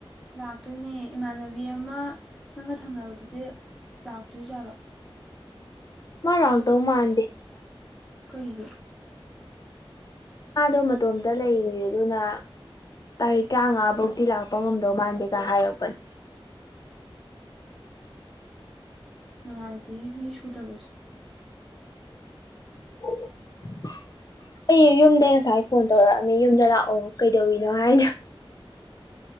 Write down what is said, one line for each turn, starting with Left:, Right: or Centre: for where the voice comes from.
Centre: ꯂꯥꯛꯇꯣꯏꯅꯦ ꯏꯃꯥꯟꯅꯕꯤ ꯑꯃ ꯅꯪꯒ ꯊꯪꯅꯕꯗꯨꯗꯤ ꯂꯥꯛꯇꯣꯏꯏ ꯆꯂꯣ
Left: ꯃꯥ ꯂꯥꯛꯗ ꯎ ꯃꯥꯗꯗꯤ
Centre: ꯑꯩꯈꯣꯏꯒꯤ
Left: ꯃꯥꯗꯣ ꯃꯇꯣꯝꯇ ꯂꯩꯔꯤ ꯑꯗꯨꯅ ꯇꯥꯔꯤꯛ ꯇꯔꯥꯃꯉꯥ ꯐꯧꯤ ꯂꯥꯛꯄ ꯉꯝꯗꯧ ꯃꯥꯟꯗꯦꯒ ꯍꯥꯏꯔꯛꯄꯅꯦ
Centre: ꯅꯅꯨꯡꯉꯥꯏꯗꯤ ꯃꯤ ꯁꯨꯗꯕꯁꯦ
Left: <unintelligible> ꯑꯩ ꯌꯨꯝꯗꯒꯤꯩ ꯉꯁꯥꯏ ꯐꯣꯟ ꯇꯧꯔꯛꯑꯃꯤ ꯌꯨꯝꯗ ꯂꯥꯛꯑꯣ ꯀꯩꯗꯧꯏꯤꯅꯣ ꯍꯥꯏꯅ